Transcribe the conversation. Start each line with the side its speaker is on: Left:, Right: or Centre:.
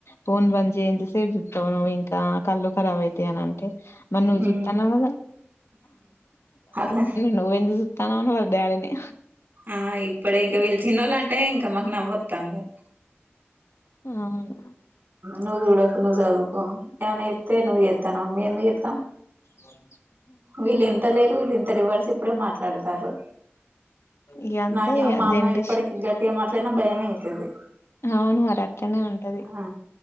Left: ఫోన్ బంద్ చేయ్ ఎంత సేపు చూస్తావు నువ్ ఇంకా కళ్ళు కరాబ్ అవుతయ్ అని అంటే మరి నువ్వు
Right: ఊ
Left: చూస్తున్నావు కదా
Right: అట్ల
Left: నువ్ ఎందుకు చూస్తన్నావ్ అని వాళ్ళ డాడీ ని
Right: ఆ ఇప్పుడే ఇంకా వీళ్ళు చిన్నోళ్ళంటే ఇంకా మాకు నవ్వస్తుంది
Left: ఆవును
Right: నువ్వు చూడకు నువ్వు చదువుకో ఏమనా చెప్తే నువ్వు చేస్తానవ మేముందుకు చెస్తం
Left: అవు
Right: వీళ్ళు ఎంత లేరు వీళ్ళు ఇంత రివర్స్ ఇప్పుడే మాట్లాడతారు
Left: ఇ అంతె
Right: నాకేమో
Left: ఇగ
Right: మా అమ్మ
Left: జనరేషన్
Right: ఇప్పటికి గట్టిగా మాట్లాడినా భయమే అయితది
Left: అవును మరి అట్లనే ఉంటది
Right: ఆ